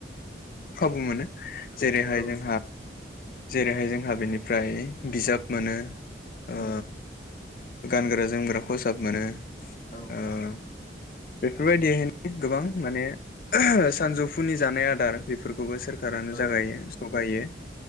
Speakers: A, on the left; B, on the left.
A: खाबु मोनो जेरैहाय
B: औ
A: जों जेरैहाय जोंहा बेनिफ्राय बिजाब मोनो। ओ
B: औ
A: गानग्रा जोमग्रा खसाब मोनो।
B: औ
A: ओ बेफोरबायदि हायनो गोबां माने सानजौफुनि जानाय आदार बेफोरखौबो सोरखारानो
B: औ
A: जागायो जगायो।
B: नंगौ